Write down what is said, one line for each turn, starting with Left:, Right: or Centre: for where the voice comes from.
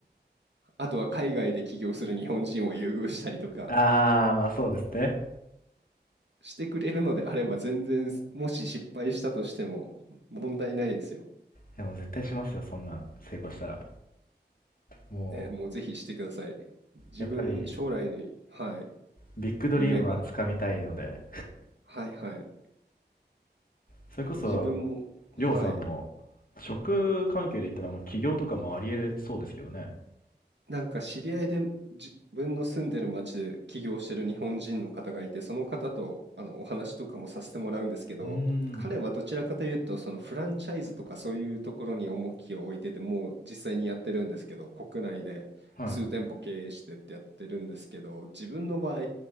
Right: あとは海外で起業する日本人を優遇したりとか
Left: ああ、ま、あそうですね。
Right: してくれるのであれば、全然、もし失敗したとしても問題ないですよ。
Left: でも絶対しますよ、そんなん成功したら。も
Right: ええ、もうぜひしてください。自分将来のはい、
Left: う、やっぱり、ビッグドリームは掴みたいので、
Right: 夢がはいはい。
Left: それこそ、
Right: 自分もはい。
Left: りょうさんも、職関係で言ったらもう起業とかもあり得るそうですけどね。
Right: なんか知り合いで、自分の住んでる町で起業してる日本人の方がいて、その方とあのお話とかもさせてもらうんですけど、
Left: うーん。
Right: 彼はどちらかというと、そのフランチャイズとかそういうところに重きを置いてて、もう実際にやってるんですけど、国内で数店舗経営してってやってるんですけど、
Left: はい。
Right: 自分の場合、